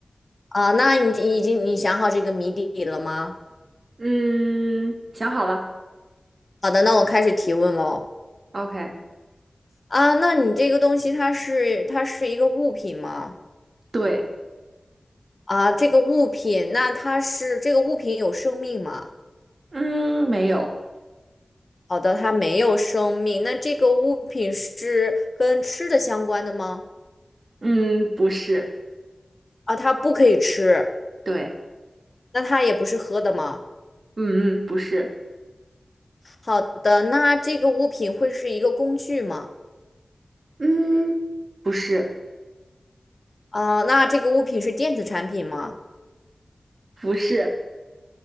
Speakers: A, on the left (about 50°); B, on the right (about 70°).
A: 啊、那你你已经你想好这个谜底了吗？
B: 嗯，想好了
A: 好的，那我开始提问喽。
B: ，OK，
A: 啊、那你这个东西它是它是一个物品吗？
B: 对，
A: 啊、这个物品，那它是这个物品有生命吗？
B: 嗯，没有，
A: 好的，它没有生命。那这个物品是跟吃的相关的吗？
B: 嗯，不是，
A: 啊，它不可以吃，
B: 对，
A: 那它也不是喝的吗？
B: 嗯嗯，不是，
A: 好的，那这个物品会是一个工具吗？
B: 嗯，不是，
A: 啊，那这个物品是电子产品吗？
B: 不是，